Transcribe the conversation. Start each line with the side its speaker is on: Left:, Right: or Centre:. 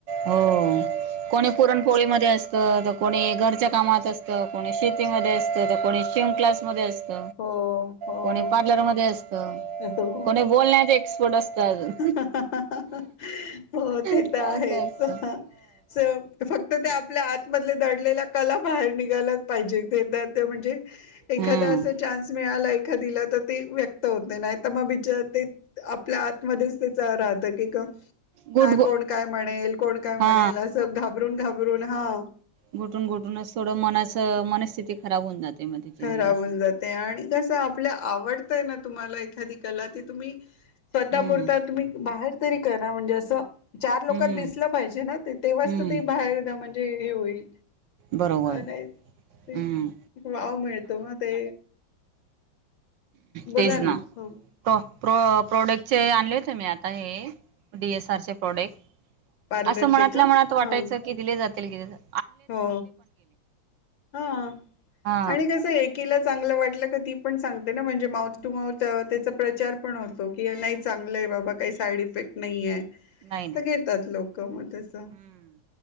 Right: हो. कोणी पुरणपोळीमध्ये असत, तर कोणी घरच्या कामात असत, कोणी शेतीमध्ये असतं, तर कोणी शिंवन क्लास मध्ये असत,
Left: हो हो
Right: कोणी पार्लर मध्ये अस त,
Left: हो
Right: कोणी बोलण्यात एक्सपर्ट असत अजून.
Left: हो ते
Right: असं
Left: त आहेच
Right: असतं
Left: हा सेव फक्त त्या आपल्या आतमधले दडलेल्या कला बाहेर निघायलाच पाहिजे ते तर ते म्हणजे. एखादा
Right: हम्म
Left: अस चान्स मिळाला एखादीला त ती व्यक्त होत नाही त मग बिचा ते आप आपल्या आतमध्येच तीच राहत की क.
Right: गुट
Left: कां
Right: गु
Left: कोण काय म्हणेल, कोण काय म्हणेल,
Right: हा
Left: असं घाबरून घाबरून हं!
Right: घुटून घुटूनच थोडं मनाच मनस्थिती खराब होऊन जाते. मग तिची
Left: खराब
Right: असं
Left: होऊन जाते, आणि कसं आपल्या आवडतंय ना तुम्हाला एखादी कला ती तुम्ही स्वतः
Right: हम्म
Left: पुुरता तुम्ही बाहेर तरी करा म्हणजे असं. चार लोकांत
Right: हम्म
Left: दिसलं पाहिजे ना ते, तेव्हाच
Right: हम्म
Left: त ते बाहेर द म्हणजे हे होईल.
Right: बरोबर हूं!
Left: नाही तेच वाव मिळतो म ते. बोला
Right: तेज ना.
Left: ह
Right: <unintelligible> प्रोडक्टचे आणले होते मी आता हे डी एस आर चे प्रोडेक्ट.
Left: पार्लरचे
Right: असं मनातल्या
Left: का
Right: मनात वाटायचं
Left: हा
Right: की, दिले जातील दिले जात
Left: हो हा
Right: हा
Left: आणि कसं एक. केल चांगलं वाटलं का ती पण सांगते ना म्हणजे, माऊथ टू माउथ त्यां त्याचा प्रचार पण हो तो की नाही चांगलं आहे बाबा, काही साईड इफेक्ट नही ये.
Right: नाही नाही
Left: त घेतात लोक मग तस,
Right: हम्म